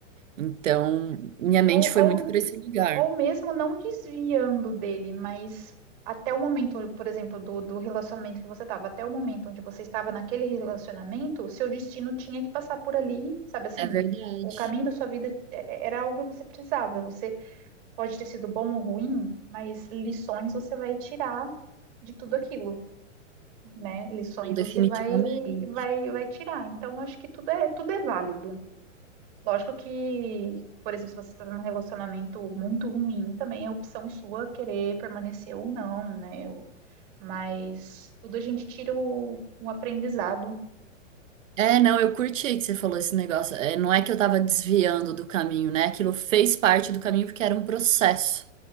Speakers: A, on the right; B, on the right.
A: Então, minha mente
B: Ou,
A: foi
B: ou
A: muito para esse lugar.
B: Ou mesmo não desviando dele, mas até o momento, por exemplo, do, do relacionamento que você estava, até o momento onde você estava naquele relacionamento, o seu destino tinha que passar por ali, sabe assim?
A: É verdade.
B: O caminho da sua vida é- é, era algo que você precisava. Você pode ter sido bom ou ruim, mas lições você vai tirar de tudo aquilo, né? Lições
A: Não, Definitivamente.
B: você vai, vai, vai tirar. Então, acho que tudo é, tudo é válido. Lógico que, por exemplo, se você está num relacionamento muito ruim, também é opção sua querer permanecer ou não, né? Eu- Mas tudo a gente tira o, um aprendizado.
A: É, não, eu curti que você falou esse negócio. É, não é que eu tava desviando do caminho, né? Aquilo fez parte do caminho porque era um processo.